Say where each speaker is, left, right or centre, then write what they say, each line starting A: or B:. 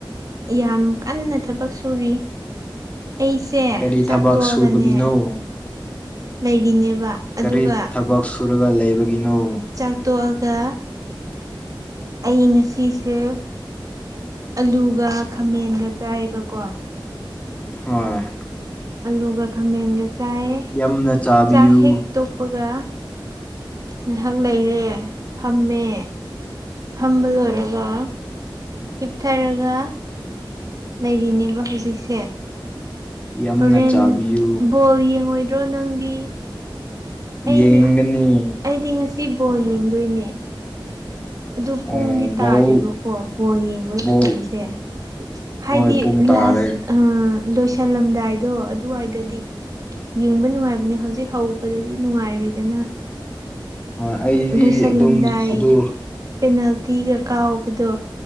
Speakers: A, on the right; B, on the left.
A: ꯌꯥꯝ ꯀꯟꯅ ꯊꯕꯛ ꯁꯨꯔꯤ ꯑꯩ <unintelligible>
B: ꯀꯔꯤ
A: ꯆꯥꯛꯇꯣꯛꯑꯒꯅꯦ
B: ꯊꯕꯛ ꯁꯨꯕꯒꯤꯅꯣ
A: ꯂꯩꯔꯤꯅꯦꯕ ꯑꯗꯨꯒ
B: ꯀꯔꯤ ꯊꯕꯛ ꯁꯨꯔꯒ ꯂꯩꯕꯒꯤꯅꯣ
A: ꯆꯥꯛ ꯇꯣꯛꯑꯒ ꯑꯩ ꯉꯁꯤꯁꯦ ꯑꯂꯨꯒ ꯈꯥꯃꯦꯟꯒ ꯆꯥꯏꯌꯦꯕꯀꯣ
B: <unintelligible>
A: ꯑꯂꯨꯒ ꯈꯥꯃꯦꯟꯒ ꯆꯥꯏꯌꯦ
B: ꯌꯥꯝꯅ ꯆꯥꯕꯤꯌꯨ
A: ꯆꯥꯛ ꯍꯦꯛ ꯇꯣꯛꯄꯒ ꯍꯣꯏꯒ ꯉꯥꯏꯍꯥꯛ ꯂꯩꯔꯦ ꯐꯝꯃꯦ ꯐꯝꯕ ꯂꯣꯏꯔꯒ ꯍꯤꯞꯊꯔꯒ ꯂꯩꯔꯤꯅꯦꯕ ꯍꯧꯖꯤꯛꯁꯦ
B: ꯌꯥꯝꯅ
A: ꯍꯣꯔꯦꯟ
B: ꯆꯥꯕꯤꯌꯨ
A: ꯄꯣꯜ ꯌꯦꯡꯉꯣꯏꯗ꯭ꯔꯣ ꯅꯪꯗꯤ ꯑꯩꯗꯤ-ꯑꯩꯗꯤ
B: ꯌꯦꯡꯒꯅꯤ
A: ꯉꯁꯤ ꯕꯣꯜ ꯌꯦꯡꯗꯣꯏꯅꯦ ꯑꯗꯨ
B: ꯑꯣ
A: ꯄꯨꯡꯗꯤ ꯇꯥꯔꯦꯕꯀꯣ
B: ꯕꯣꯜ
A: ꯕꯣꯜ ꯌꯦꯡꯕꯩ
B: ꯕꯣꯜ
A: ꯃꯇꯝꯁꯦ ꯍꯥꯏꯗꯤ
B: ꯍꯣꯏ ꯄꯨꯡ ꯇꯥꯔꯦ
A: ꯂꯥꯁ ꯂꯣꯏꯁꯜꯂꯝꯗꯥꯏꯗꯣ ꯑꯗꯨꯋꯥꯏꯗꯗꯤ ꯌꯦꯡꯕ ꯅꯨꯡꯉꯥꯏꯕꯅꯦ ꯍꯧꯖꯤꯛ ꯍꯧꯕꯗꯗꯤ ꯅꯨꯡꯉꯥꯏꯔꯣꯏꯗꯅ
B: ꯍꯣꯏ ꯑꯩꯗꯤ
A: ꯂꯣꯏꯁꯜꯂꯝꯗꯥꯏ
B: ꯑꯗꯨꯝ ꯑꯗꯨ
A: ꯄꯦꯅꯥꯜꯇꯤꯒ ꯀꯥꯎꯕꯗꯣ